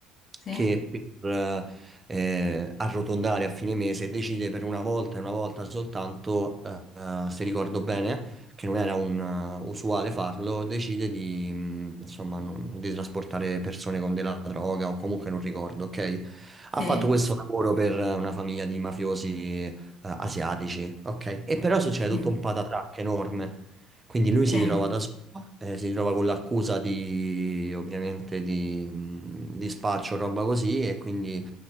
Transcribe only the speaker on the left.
Sì?
Sì?
Sì,
sì,